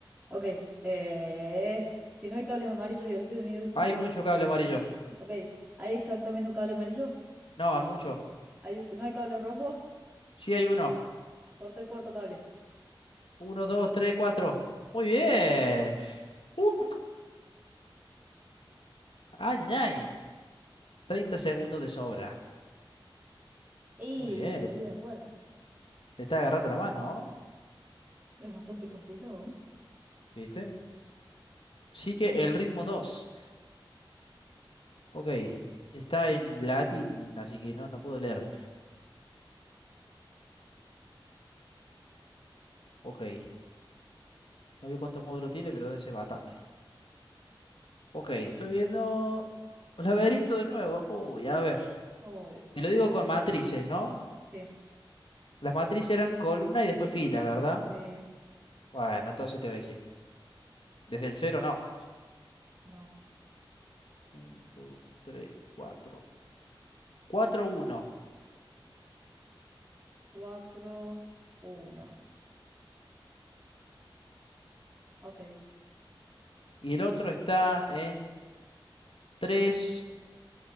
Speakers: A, on the right; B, on the left.
A: Ok. eh, si no hay cables amarillos y el último dígito
B: Hay mucho
A: del...
B: cable amarillo.
A: Ok. ¿Hay exactamente un cable amarillo?
B: No, hay muchos.
A: ¿Hay... ¿No hay cables rojos?
B: Sí, hay uno.
A: Corta el cuarto cable.
B: Uno, 2, 3, 4. Muy bien. ¡Uf! ay, ay, ay. 30 segundos de sobra.
A: Y
B: Muy bien.
A: debido
B: Le,
A: a muerte.
B: le está agarrando la mano, ¿no?
A: Es bastante complicado.
B: ¿Viste? Sí que el ritmo 2. Ok. es- Está en latín, así que no, no puedo leer. Ok. No veo cuántos módulos tiene, pero debe ser bastante. Ok, estoy viendo un laberinto de nuevo. Uy, a ver.
A: Oh,
B: Te lo digo con matrices, ¿no?
A: sí,
B: Las matrices eran columna y después fila, ¿verdad?
A: sí,
B: Bueno, entonces te voy a decir. Desde el cero no.
A: no.
B: Uno, dos, tres, cuatro. Cuatro, uno.
A: Cuatro, uno. Ok,
B: Y el otro está en tres,